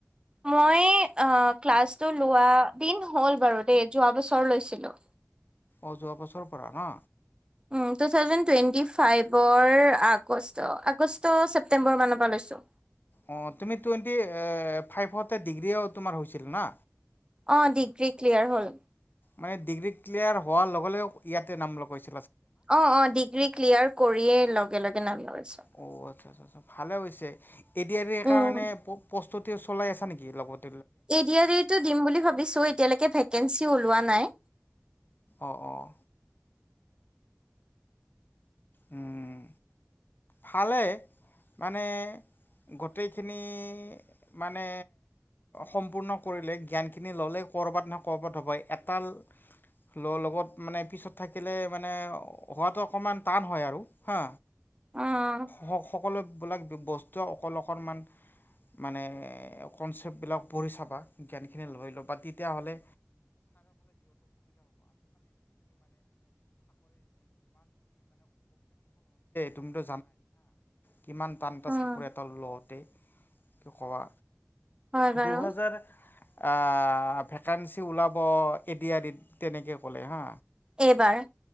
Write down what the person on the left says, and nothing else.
অঁ, যোৱা বছৰ পৰা ন।
অ তুমি টুৱেটি এ ফাইবতে ডিগ্ৰীয় তোমাৰ হৈছিল না।
মানে ডিগ্ৰী ক্লিয়াৰ হৱাৰ লগে লগে, ইয়াতে নাম লগাইছে
অ', আচ্ছা আচ্ছা আচ্ছা ভালে হৈছে, এ ডি আৰ ই
কাৰণে প-প্ৰস্তু তি চলাই আছা নিকি লগত
অঁ অঁ। উম। ভালে মানে, গটেইখিনি মানে সম্পূৰ্ণ কৰিলে জ্ঞানখিনি ললে ক'ৰবাত নহয় ক'ৰবাত হবয়ে। এডাল ল-লগত মানে পিছত থাকিলে মানে হোৱাটো অকণমান টান হয় আৰু হা
স-সকলোবিলাক বস্তুৱে অকল অকণমান মানে, কনচেপ্টবিলাক পঢ়ি চাবা জ্ঞানখিনি লৈ লবা তেতিয়াহলে তুমিতো কিমান টান এটা
চাকৰি এটা লওঁতে কৱা
দুহাজাৰ আ ভেকেঞ্চি ওলাব এ ডি আৰ ইত, তেনেকে ক'লে হা।